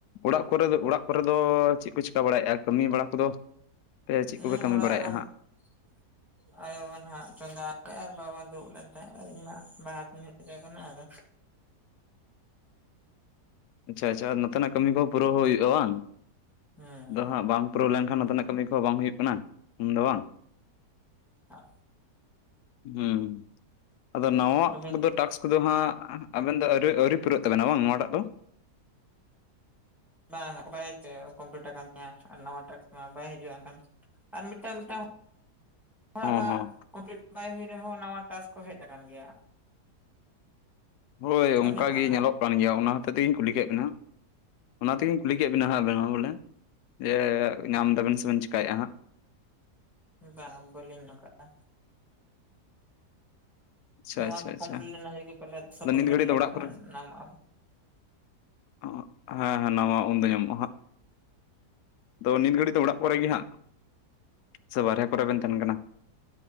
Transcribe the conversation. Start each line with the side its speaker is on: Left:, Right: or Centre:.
Left: ᱚᱲᱟᱜ ᱠᱚᱨᱮ ᱫᱚ ᱚᱲᱟᱜ ᱠᱚᱨᱮ ᱫᱚ ᱪᱮᱫ ᱠᱚ ᱪᱤᱠᱟ ᱵᱟᱲᱟᱭᱮᱜᱟ? ᱠᱟᱹᱢᱤ ᱵᱟᱲᱟ ᱠᱚᱫᱚᱼᱼ ᱟᱯᱮ ᱪᱮᱫ
Centre: ᱦᱮᱸ
Left: ᱠᱚᱯᱮ ᱠᱟᱹᱢᱤ
Centre: ᱚᱲᱟᱜ
Left: ᱵᱟᱲᱟᱭᱮᱜ-ᱟ ᱦᱟᱸᱜ?
Centre: <inaudible> ᱟᱭᱳ ᱢᱟ ᱱᱷᱟᱸᱜ ᱪᱚᱸᱫᱟ ᱠᱟᱜ-ᱟᱭ ᱟᱨ ᱵᱟᱵᱟ ᱫᱚ ᱫᱩᱲᱩᱵ ᱞᱮᱱ ᱛᱟᱦᱮᱸᱜ ᱟᱨ ᱤᱧ ᱢᱟ ᱵᱟᱦᱨᱮ ᱛᱮᱧ ᱦᱮᱡ ᱟᱠᱟᱱᱟ ᱟᱫᱚᱼᱼ
Left: ᱟᱪᱪᱷᱟ ᱟᱪᱪᱷᱟ ᱱᱚᱛᱮᱱᱟᱜ ᱠᱟᱹᱢᱤ ᱠᱚᱦᱚᱸ ᱯᱩᱨᱟᱹᱣ ᱦᱩᱭᱩᱜ-ᱟ ᱵᱟᱝ
Centre: ᱦᱮᱸ
Left: ᱟᱫᱚ ᱦᱟᱸᱜ ᱵᱟᱝᱼᱼ ᱯᱩᱨᱟᱹᱣ ᱞᱮᱱᱠᱷᱟᱱ ᱟᱵᱤᱱᱟᱜ ᱠᱟᱹᱢᱤ ᱠᱚᱦᱚᱸ ᱵᱟᱝ ᱦᱩᱭᱩᱜ ᱠᱟᱱᱟ ᱩᱱ ᱫᱚ ᱵᱟᱝ?
Centre: <inaudible>
Left: ᱦᱩᱸ ᱟᱫᱚ ᱱᱟᱣᱟᱜ
Centre: ᱟᱹᱵᱤᱱ
Left: ᱠᱚᱫᱚ ᱴᱟᱠᱥᱼᱼ ᱠᱚᱫᱚ ᱦᱟᱸᱜ ᱟᱹᱵᱤᱱ ᱫᱚ ᱟᱹᱣᱨᱤ ᱟᱹᱣᱨᱤ ᱯᱩᱨᱟᱹᱜ ᱛᱟᱹᱵᱤᱱᱟ ᱵᱟᱝ ᱱᱚᱣᱟ ᱴᱟᱜ ᱫᱚ?
Centre: ᱵᱟᱝ ᱚᱱᱟ ᱜᱮ ᱪᱚᱝ ᱠᱚᱢᱯᱤᱞᱤᱴ ᱟᱠᱟᱱ ᱛᱟᱭᱟ ᱟᱨ ᱱᱟᱣᱟ ᱴᱟᱥᱠ ᱢᱟ ᱵᱟᱭ ᱦᱤᱡᱩᱜ-ᱟ, ᱮᱱᱠᱷᱟᱱᱼᱼ ᱟᱨ ᱢᱤᱫᱴᱟᱝ ᱢᱤᱫᱴᱟᱝ ᱦᱚᱲᱟᱜ
Left: ᱦᱚᱸ
Centre: ᱢᱟᱼᱼ
Left: ᱦᱚᱸ
Centre: ᱠᱚᱯᱤᱴ ᱵᱟᱭ ᱦᱩᱭ ᱨᱮᱦᱚᱸ ᱱᱟᱣᱟ ᱴᱟᱥᱠ ᱠᱚ ᱦᱮᱡ ᱟᱠᱟᱱ ᱜᱮᱭᱟ᱾
Left: ᱦᱳᱭ
Centre: ᱟᱹᱵᱤᱱᱟᱜ
Left: ᱚᱱᱠᱟ
Centre: ᱫᱚ
Left: ᱜᱮ
Centre: ᱱᱟᱦᱟᱜ
Left: ᱧᱮᱞᱚᱜ ᱠᱟᱱ ᱜᱮᱭᱟ ᱚᱱᱟ ᱦᱚᱛᱮ ᱤᱧ ᱠᱩᱞᱤ ᱠᱮᱫ ᱵᱤᱱᱟᱼᱼ ᱚᱱᱟ ᱛᱤᱜᱤᱧ ᱠᱩᱞᱤ ᱠᱮᱫ ᱵᱤᱱᱟ ᱦᱟᱸᱜ ᱟᱵᱤᱱ ᱦᱚᱸ ᱵᱚᱞᱮ ᱡᱮ ᱧᱟᱢ ᱮᱫᱟᱵᱤᱱ ᱥᱮ ᱵᱤᱱ ᱪᱮᱠᱟᱭᱮᱜ-ᱟ ᱦᱟᱸᱜ?
Centre: ᱵᱟᱝ ᱵᱟᱹᱞᱤᱧ ᱱᱚᱠᱟᱜ-ᱟ᱾
Left: ᱟᱪᱪᱷᱟ
Centre: ᱱᱚᱣᱟ
Left: ᱟᱪᱪᱷᱟ
Centre: ᱠᱚ
Left: ᱟᱪᱪᱷᱟ
Centre: ᱠᱚᱢᱯᱞᱤᱴ ᱮᱱᱟᱝ ᱜᱮ ᱯᱟᱞᱮᱫ ᱥᱟᱵᱢᱤᱴ
Left: ᱟᱫᱚ ᱱᱤᱛ ᱜᱷᱟᱹᱲᱤᱡ
Centre: ᱞᱮᱠᱷᱟᱱ
Left: ᱫᱚ ᱚᱲᱟᱜ ᱠᱚᱨᱮ
Centre: ᱧᱟᱢᱚᱜ-ᱟ᱾
Left: <unintelligible> ᱦᱮᱸ ᱱᱟᱣᱟ ᱩᱱᱫᱚ ᱧᱟᱢᱚᱜ-ᱟ ᱦᱟᱸᱜ᱾ ᱟᱫᱚ ᱱᱤᱛ ᱜᱷᱟᱹᱲᱤᱡ ᱫᱚ ᱦᱟᱸᱜ ᱚᱲᱟᱜ ᱠᱚᱨᱮ ᱜᱮ ᱦᱟᱸᱜ ᱥᱮ ᱵᱟᱨᱦᱮ ᱠᱚᱨᱮ ᱵᱤᱱ ᱛᱟᱦᱮᱸᱱ ᱠᱟᱱᱟ?